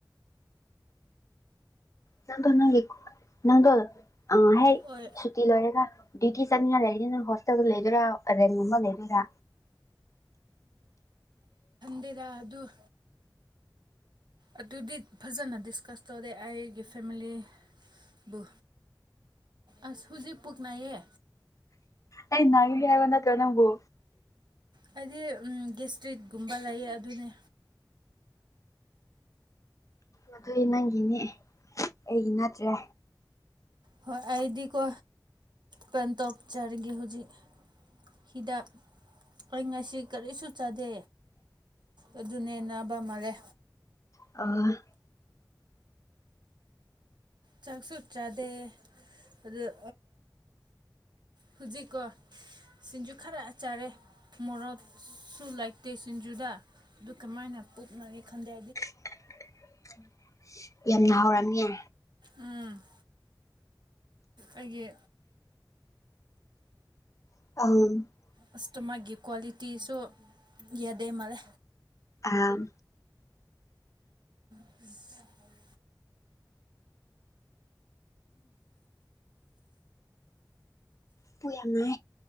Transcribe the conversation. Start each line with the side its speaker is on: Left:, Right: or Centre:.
Left: ꯅꯪ ꯀꯅꯔꯤꯀꯣ ꯅꯪꯒꯑ ꯍꯦꯛ
Right: ꯍꯣꯏ
Left: ꯁꯨꯇꯤ ꯂꯣꯏꯔꯒ ꯗ꯭ꯌꯨꯇꯤ ꯆꯠꯅꯤꯡꯉ ꯂꯩꯔꯤꯅꯤ ꯅꯪ ꯍꯣꯁꯇꯦꯜꯗ ꯂꯩꯗꯣꯏꯔꯥ ꯔꯦꯟꯨꯝ ꯑꯃ ꯂꯩꯗꯣꯏꯔꯥ
Right: ꯗꯦꯗ ꯑꯗꯨ ꯑꯗꯨꯗꯤ ꯐꯖꯅ ꯗꯤꯁꯀꯁ ꯇꯧꯔꯦ ꯑꯩꯒꯤ ꯐꯦꯃꯤꯂꯤꯕꯨ ꯑꯁ ꯍꯧꯖꯤꯛ ꯄꯨꯛ ꯅꯥꯏꯌꯦ
Left: ꯑꯩ ꯅꯪꯒꯤꯅꯤ ꯍꯥꯏꯕ ꯅꯇ꯭ꯔ ꯅꯪꯕꯨ
Right: ꯍꯥꯏꯗꯤ ꯒꯦꯁꯇ꯭ꯔꯤꯠꯀꯨꯝꯕ ꯂꯩꯌꯦ ꯑꯗꯨꯅꯦ
Left: ꯑꯗꯨꯗꯤ ꯅꯪꯒꯤꯅꯦ ꯑꯩꯒꯤ ꯅꯠꯇ꯭ꯔꯦ
Right: ꯍꯣꯏ ꯑꯩꯗꯤꯀꯣ ꯄꯦꯟꯇꯣꯛ ꯆ ꯑꯗꯒꯤ ꯍꯧꯖꯤꯛ ꯍꯤꯗꯥꯛ ꯑꯩ ꯉꯁꯤ ꯀꯔꯤꯁꯨ ꯆꯥꯗꯦ ꯑꯗꯨꯅꯦ ꯅꯥꯕ ꯃꯂꯦ
Left: ꯑ
Right: ꯆꯥꯛꯁꯨ ꯆꯥꯗꯦ ꯑꯗꯨꯗꯣ ꯍꯧꯖꯤꯛꯀꯣ ꯁꯤꯡꯖꯨ ꯈꯔ ꯆꯥꯔꯦ ꯃꯣꯔꯣꯛꯁꯨ ꯂꯩꯇꯦ ꯁꯤꯡꯖꯨꯗ ꯑꯗꯨ ꯀꯃꯥꯏꯅ ꯄꯨꯛ ꯅꯌꯦ ꯪꯗꯦ
Left: <unintelligible> ꯌꯥꯝꯅ ꯍꯥꯎꯔꯝꯃꯤꯌꯦ
Right: ꯎꯝ ꯑꯩꯒꯤ
Left: <unintelligible>
Right: ꯑꯁ ꯇꯃꯥꯒꯤ ꯀ꯭ꯋꯥꯂꯤꯇꯤꯁꯨ ꯌꯥꯗꯦ ꯃꯥꯂꯦ
Left: ꯑꯥꯝ
Right: <unintelligible>
Left: ꯄꯨ ꯌꯥꯝ ꯅ